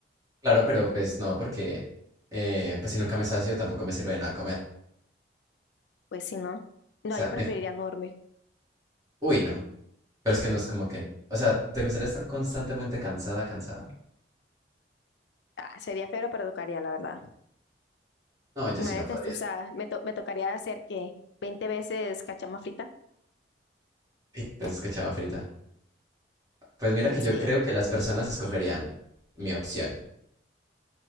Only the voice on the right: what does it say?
Claro, pero pues no, porque eh, pues si nunca me sacio tampoco me sirve de nada comer.
O sea,
de-
uy, no. Pero es que no es como que, o sea, ¿te gustaría estar constantemente cansada, cansada?
No, yo
sí no podría.
Entonces, qué chava frita. Pues mira que yo
creo que las personas escogerían mi opción.